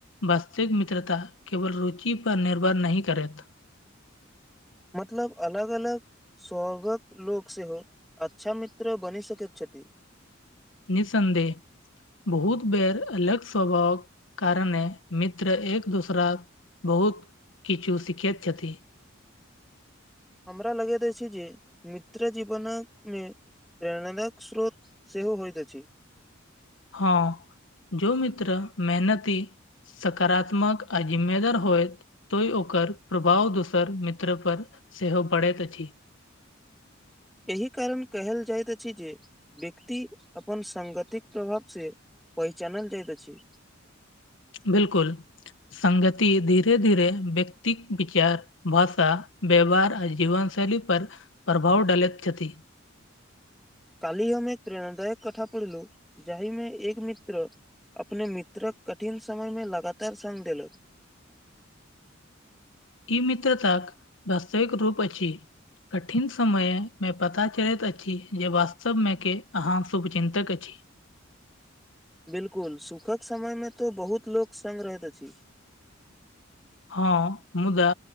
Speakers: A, on the left; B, in the centre.
A: वास्तिक मित्रता केवल रुचि पर निर्भर नहि करेत
B: मतलब अलग अलग सगक लोकोक सेहोे सेहो अच्छामित्र बनि सकैतछति
A: निःसन्देह बहुत बेर अलग स्वभावक कारने मित्र एक दोसरा बहुत किछु सीख छथि
B: हमरा लगैत अछि जे मित्र जीवनक मे प्रेरणादायक स्रोत सेहो होइत अछि
A: हँ जो मित्र मेहनती सकारात्मक आ जिम्मेदार होयत तो ओकर प्रभाव दोसर मित्र पर सेहो परैत अछि
B: एहि कारण कहल जाइत अछि जे व्यक्ति अपन सङ्गतिक प्रभावसँ पहिचानल जाइत अछि
A: बिलकुल सगति धीरे धीरे व्यक्तिक विचार भाषा बे बार आ जीवनशैली पर प्रभाव डालैत छथि
B: काली हममे एक प्रेरणादायक कथा पढ़लु जाहिमे एक मित्र अपने मित्रक कठिन समयमे लगातार सङ्ग देलक
A: ई मित्रतााक वास्तविक रूप अछि कठिन समयमे पता चलैत अछि जे वास्तवमेके अहाँ शुभचिन्तक छी
B: बिलकुल सुखक समय मे तऽ बहुत लोक सङ् रहैत अछि
A: हँ मुदा